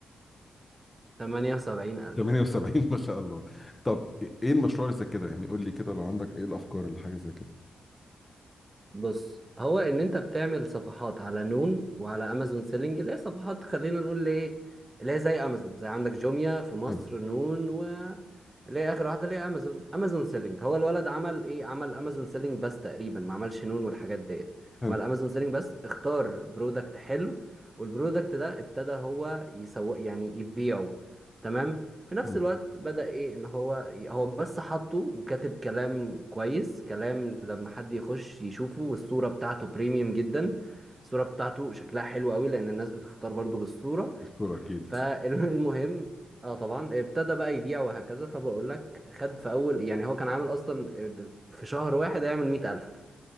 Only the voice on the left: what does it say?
78 ما شاء الله طب ايه المشروع اللي زي كده يعني قول لي كده لو عندك ايه الافكار اللي حاجه زي كده
حلو
حلو
حلو
الصوره اكيد